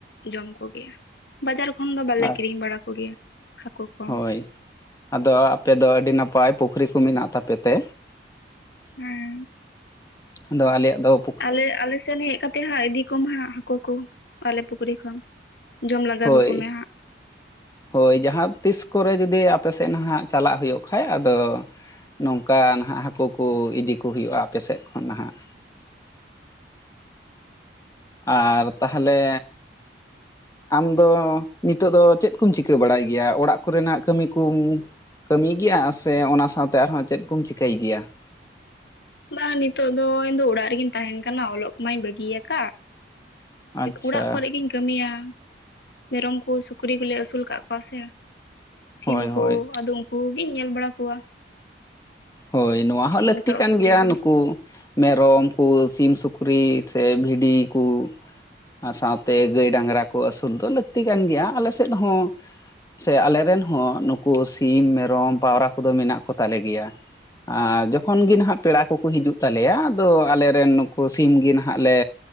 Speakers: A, on the left; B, on the left.
A: ᱡᱚᱢ ᱠᱚ ᱜᱮᱭᱟ᱾ ᱵᱟᱡᱟᱨ ᱠᱷᱚᱱ ᱫᱚ ᱵᱟᱞᱮ
B: ᱟᱨ
A: ᱠᱤᱨᱤᱧ ᱵᱟᱲᱟ ᱠᱚ ᱜᱮᱭᱟ ᱦᱟᱹᱠᱳ ᱠᱚ᱾
B: ᱦᱳᱭ ᱟᱫᱚ ᱟᱯᱮ ᱫᱚ ᱟᱹᱰᱤ ᱱᱟᱯᱟᱭ ᱯᱩᱠᱷᱨᱤ ᱠᱚ ᱢᱮᱱᱟᱜ ᱛᱟᱯᱮ ᱛᱮ᱾
A: ᱦᱩᱸ᱾
B: ᱟᱫᱚ ᱟᱞᱮᱭᱟᱜ ᱫᱚᱼᱼ
A: ᱟᱞᱮ ᱟᱞᱮ ᱥᱮᱱ ᱦᱮᱡ ᱠᱟᱛᱮᱼᱼ ᱛᱮ ᱦᱟᱸᱜ ᱤᱫᱤ ᱠᱚᱢ ᱦᱟᱸᱜ ᱦᱟᱹᱠᱩ ᱠᱚ, ᱟᱞᱮ ᱯᱩᱠᱷᱨᱤ ᱠᱷᱚᱱ, ᱡᱚᱢ ᱞᱟᱜᱟ
B: ᱦᱳᱭ
A: ᱠᱟᱠᱚ ᱢᱮ ᱦᱟᱸᱜ᱾
B: ᱦᱳᱭ, ᱡᱟᱦᱟᱸ ᱛᱤᱥ ᱠᱚ ᱨᱮ ᱡᱩᱫᱤ ᱟᱯᱮ ᱥᱮᱫ ᱱᱟᱦᱟᱜ ᱪᱟᱞᱟᱜ ᱦᱩᱭᱩᱜ ᱠᱷᱟᱡ ᱟᱫᱚᱼᱼ ᱱᱚᱝᱠᱟ ᱱᱟᱦᱟᱜ ᱦᱟᱹᱠᱳ ᱠᱚ ᱤᱫᱤ ᱠᱚ ᱦᱩᱭᱩᱜᱼᱟ ᱟᱯᱮ ᱥᱮᱫ ᱠᱷᱚᱱ ᱱᱟᱦᱟᱜ᱾ ᱟᱨ ᱛᱟᱦᱚᱞᱮᱼᱼ ᱟᱢ ᱫᱚ ᱱᱤᱛᱚᱜ ᱫᱚ ᱪᱮᱫ ᱠᱚᱢ ᱪᱤᱠᱟᱹ ᱵᱟᱲᱟᱭ ᱜᱮᱭᱟ ᱚᱲᱟᱜ ᱠᱚᱨᱮ ᱱᱟᱜ ᱠᱟᱹᱢᱤ ᱠᱩ? ᱠᱟᱹᱢᱤ ᱜᱮᱭᱟ ᱥᱮ ᱚᱱᱟ ᱥᱟᱶᱛᱮ ᱟᱨᱦᱚᱸ ᱪᱮᱫ ᱠᱚᱢ ᱪᱤᱠᱟᱹᱭ ᱜᱮᱭᱟ?
A: ᱵᱟᱝ ᱱᱤᱛᱚᱜ ᱫᱚ ᱤᱧ ᱫᱚ ᱚᱲᱟᱜ ᱨᱮᱜᱤᱧ ᱛᱟᱦᱮᱱ ᱠᱟᱱᱟ, ᱚᱞᱚᱜ ᱠᱚᱢᱟᱹᱧ ᱵᱟᱹᱜᱤ ᱟᱠᱟᱜ᱾
B: ᱟᱪᱪᱷᱟ
A: ᱚᱲᱟᱜ ᱠᱚᱨᱮ ᱜᱤᱧ ᱠᱟᱹᱢᱤᱭᱟ, ᱢᱮᱨᱚᱢ ᱠᱚ ᱥᱩᱠᱨᱤ ᱠᱚ ᱞᱮ ᱟᱹᱥᱩᱞ ᱠᱟᱜ ᱠᱚᱣᱟ ᱥᱮ᱾ ᱥᱤᱢ
B: ᱦᱳᱭ
A: ᱠᱩ
B: ᱦᱳᱭ
A: ᱟᱫᱚ ᱩᱱᱠᱩ ᱠᱩ ᱜᱤᱧ ᱧᱮᱞ ᱵᱟᱲᱟ ᱠᱚᱣᱟ᱾
B: ᱦᱚᱭ ᱱᱚᱣᱟ ᱦᱚᱸ ᱞᱟᱹᱠᱛᱤ
A: ᱱᱤᱛᱚᱜ
B: ᱠᱟᱱ ᱜᱮᱭᱟ
A: ᱛᱮᱫᱚ
B: ᱱᱩᱠᱩ ᱢᱮᱨᱚᱢ ᱠᱚ ᱥᱤᱢ ᱥᱩᱠᱨᱤ ᱥᱮ ᱵᱷᱤᱰᱤ ᱠᱩ ᱟᱨ ᱥᱟᱶᱛᱮ ᱜᱟᱹᱭ ᱰᱟᱝᱨᱟ ᱠᱚ ᱟᱹᱥᱩᱞ ᱫᱚ ᱞᱟᱹᱠᱛᱤ ᱠᱟᱱ ᱜᱮᱭᱟ ᱟᱞᱮ ᱥᱮᱫ ᱦᱚᱸ ᱥᱮ ᱟᱞᱮ ᱨᱮᱱ ᱦᱚᱸ ᱱᱩᱠᱩ ᱥᱤᱢ ᱢᱮᱨᱚᱢ ᱯᱟᱣᱨᱟ ᱠᱚ ᱫᱚ ᱢᱮᱱᱟᱜ ᱠᱚ ᱛᱟᱞᱮ ᱜᱮᱭᱟ᱾
A: <inaudible>
B: ᱟᱻ ᱡᱚᱠᱷᱚᱱ ᱜᱮ ᱱᱟᱦᱟᱜ ᱯᱮᱲᱟ ᱠᱚ ᱠᱚ ᱦᱤᱡᱩᱜ ᱛᱟᱞᱮᱭᱟ ᱟᱫᱚ ᱟᱞᱮ ᱨᱮᱱ ᱱᱩᱠᱩ ᱥᱤᱢ ᱜᱮ ᱱᱟᱦᱟᱜ ᱞᱮ